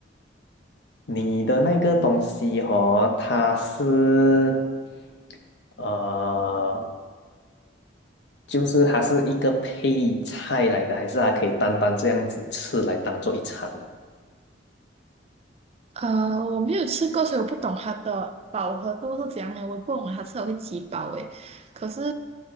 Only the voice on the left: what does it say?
你的那个东西哦，它是，呃，就是它是一个配菜来的，还是它可以单单这样子吃来当做一餐的？